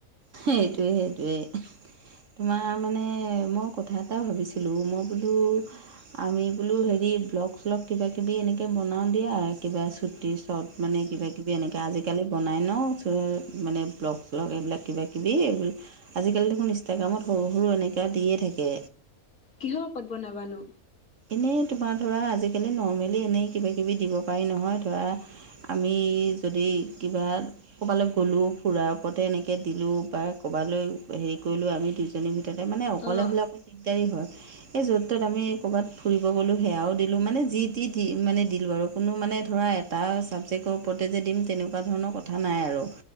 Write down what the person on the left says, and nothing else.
কিহৰ ওপৰত বনাবানো?
অ